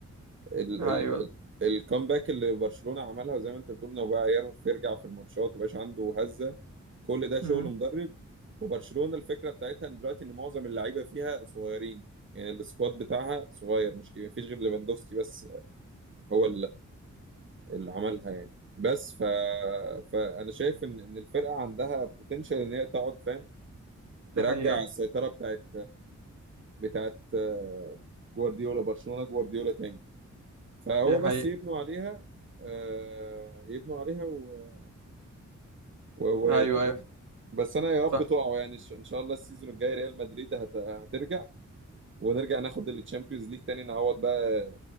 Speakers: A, on the right (about 40°); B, on the right (about 70°).
A: ال
B: ايوه
A: ال ال الكامباك اللي برشلونة عملها زي ما أنت بتقول إنه بقى يعرف يرجع في الماتشات ومبقاش عنده هزة كل ده شغل
B: امم
A: مدرب وبرشلونة الفكرة بتاعتها إن دلوقتي إن معظم اللعيبة فيها صغيرين يعني السكواد بتاعها صغير مش كبير مفيش غير ليفاندوفسكي بس هو اللي عملها يعني بس ف... فانا شايف ان ان الفرقه عندها بوتنشال ان هي تقعد فاهم ترجع
B: دي حقيقة
A: السيطره بتاعت بتاعت آه، جوارديولا برشلونه جوارديولا تاني فهو
B: دي حقيقة
A: بس يبنوا عليها آه، يبنوا عليها و... و... و...
B: ايوه ايوه
A: بس انا يا رب
B: فاهم
A: تقعوا يعني ش- ان شاء الله السيزون الجاي ريال مدريد هت... هترجع ونرجع ناخد التشامبيونز ليج تاني نعوض بقى